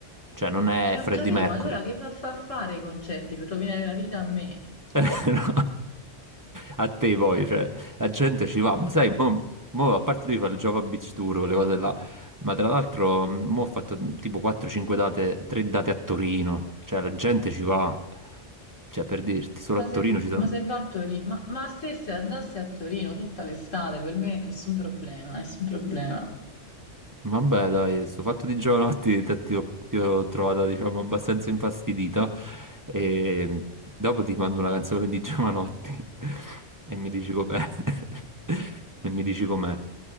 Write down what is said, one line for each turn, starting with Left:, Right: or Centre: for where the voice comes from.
Right: Cioè non è
Left: Eh, ho
Right: Freddie
Left: capito,
Right: Mercury.
Left: ma allora che va a fa fare i concerti per rovinare la vita a me?
Right: <laughs> Eh, no. A te poi, cioè, la gente ci va, ma sai, mo, mo, a parte lui fa il Java Beach Tour, quelle cose là, ma tra l'altro mh, mo ho fatto mh, tipo 4-5 date, 3 date a Torino, cioè la gente ci va, cioè per dirti, solo
Left: Ma
Right: a Torino
Left: se,
Right: ci sono...
Left: ma se va a Torino, ma, ma se se andasse a Torino tutta l'estate, per me nessun problema, nessun problema.
Right: Vabbè, dai, sto fatto di giovanotti te- ti ho, ti ho trovata, diciamo, abbastanza infastidita e dopo ti mando una canzone di Giovanotti <laughs> e mi dici com'è. <laughs> E mi dici com'è.